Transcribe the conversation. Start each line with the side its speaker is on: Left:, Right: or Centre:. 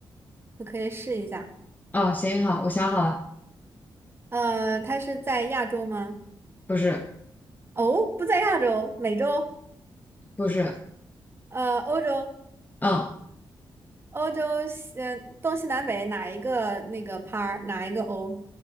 Right: 我可以试一下。
Left: 哦，行，好，我想好了，
Right: 呃，它是在亚洲吗？
Left: 不是，
Right: 哦，不在亚洲，美洲，
Left: 不是，
Right: 呃，欧洲，
Left: 嗯，
Right: 欧洲西，呃，东西南北哪一个那个 p a 哪一个欧？